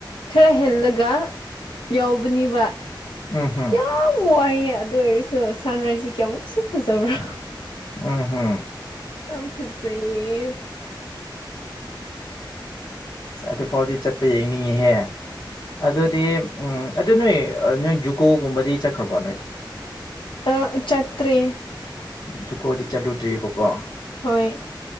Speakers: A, on the left; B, on the left.
A: ꯈꯔ ꯍꯦꯜꯂꯒ ꯌꯥꯎꯕꯅꯤꯕ
B: ꯎꯝ ꯍꯝ
A: ꯌꯥꯝ ꯋꯥꯏꯌꯦ ꯑꯗꯨ ꯑꯣꯏꯔꯁꯨ ꯁꯟ ꯔꯥꯏꯖꯁꯨ ꯀꯌꯥꯃꯨꯛꯁꯨ ꯐꯖꯕ꯭ꯔꯥ
B: ꯎꯝ ꯍꯝ
A: ꯌꯥꯝ ꯐꯖꯩꯌꯦ
B: ꯑꯗꯨ ꯐꯥꯎꯗꯤ ꯆꯠꯄ ꯌꯦꯡꯅꯤꯡꯉꯤꯍꯦ ꯑꯗꯨꯗꯤ ꯎꯝ ꯑꯗꯨ ꯅꯣꯏ ꯅꯣꯏ ꯖꯨꯀꯣꯒꯨꯝꯕꯗꯤ ꯆꯠꯈ꯭ꯔꯕꯣ ꯅꯣꯏꯗꯤ
A: ꯑ ꯆꯠꯇ꯭ꯔꯤ
B: ꯖꯨꯀꯣꯗꯤ ꯆꯠꯂꯨꯗ꯭ꯔꯤꯕꯔꯤꯕꯀꯣ
A: ꯍꯣꯏ